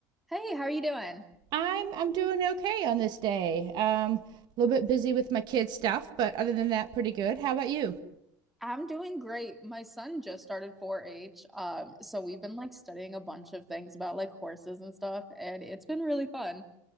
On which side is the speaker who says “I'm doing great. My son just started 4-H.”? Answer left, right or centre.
Centre